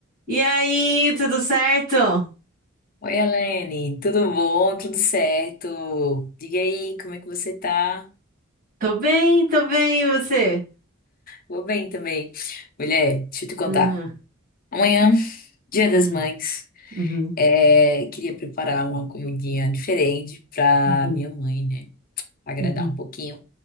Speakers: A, on the right; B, on the left.
A: E aí, tudo certo?
B: Oi, Alene, tudo bom? Tudo certo? Diga aí, como é que você tá?
A: Tô bem, tô bem, e você?
B: Vou bem também. Mulher, deixa eu te contar.
A: Uhum,
B: Amanhã, Dia das
A: uhum,
B: Mães,
A: uhum,
B: é, queria preparar uma comidinha diferente pra
A: uhum,
B: minha mãe, né? Agradar
A: uhum,
B: um pouquinho.